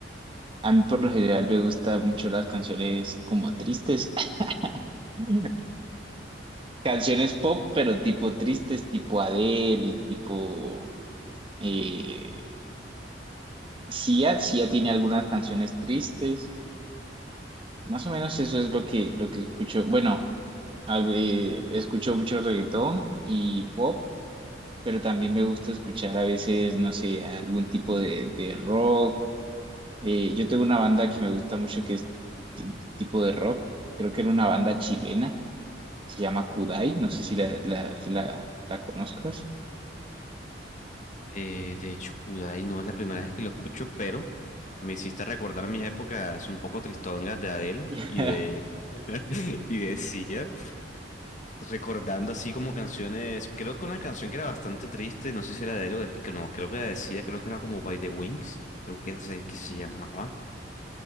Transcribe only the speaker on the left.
Eh, de hecho, Kudai no es la primera vez que lo escucho, pero me hiciste recordar mis épocas un poco tristongas de Adele
y de, <laughs> y de Sia, recordando así como canciones, creo que una canción que era bastante triste, no sé si era de Adele, o de- que no, creo que era de Sia, creo que era como By the Wings, creo que, era se- que se llamaba.